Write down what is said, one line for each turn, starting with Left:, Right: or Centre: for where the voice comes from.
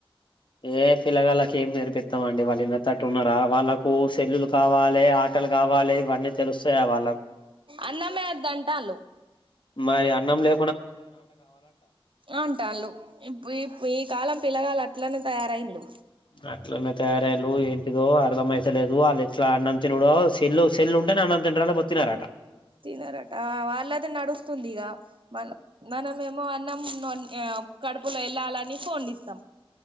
Left: ఏ పిల్లగాలకి ఏం నేర్పిత్తాం అండి వాళ్ ఇనర్ అట్టు ఉన్నారా వాళ్ళకు సెల్లులు కావాలె ఆటలు కావాలె ఇవన్నీ తెలుత్తాయ వాళ్
Right: అన్నమే అద్ద అంటాలు
Left: మరి అన్నం లే
Right: అంటాళ్ళు ఇప్పు ఇప్ ఈ కాలం పిల్ల వాళ్ళ అట్లనే తయారయిన్లు
Left: అట్లనే తయారయ్యలు ఏంటిదో అర్ధంయ్యతలేదు. వాళ్ళ ఎట్లా అన్నం తినడో చెల్లు చెల్లు ఉంటేనే అన్నం తింటాడు పతన్నారట
Right: తినరట వాళ్ళది నడుస్తుంది ఇగా మనం నన ఏమో అన్నం నొ కడుపులో ఎల్ లాలని ఫోన్ ఇస్తాం